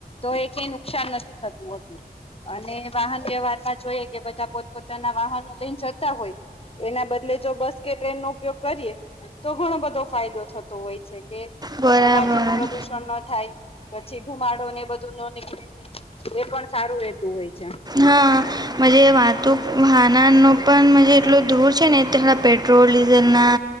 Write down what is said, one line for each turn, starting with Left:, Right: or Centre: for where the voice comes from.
Left: તો એ કઈ નુકસાન નથી થતું હોતું અને વાહન વ્યવહાર માં જોઈએ કે બધા પોતપોતાના વાહનો લઈને જતા હોય એના બદલે જો બસ કે ટ્રેન નો ઉપયોગ કરીએ તો ઘણો બધો ફાયદો થતો હોય છે કે
Right: બરાબર
Left: અવાજ નું પ્રદુષણ ન થાય પછી ધુમાડો ને એ બધું ન નીકળે એ પણ સારું રેતું હોય છે
Right: હા મ વાતુ વાહના ન પણ એટલો દૂર છે નેડા પેટ્રોલ ડીઝલ ના